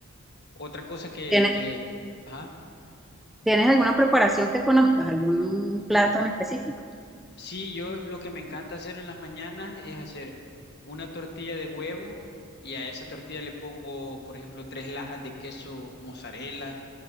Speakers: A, on the left (about 50°); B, in the centre.
A: otra cosa que,
B: ¿Tienes,
A: que, ajá.
B: tienes alguna preparación que conozcas, algún plato en específico?
A: Sí, yo lo que me encanta hacer en las mañanas es hacer una tortilla de huevo y a esa tortilla le pongo, por ejemplo, tres lajas de queso mozzarella,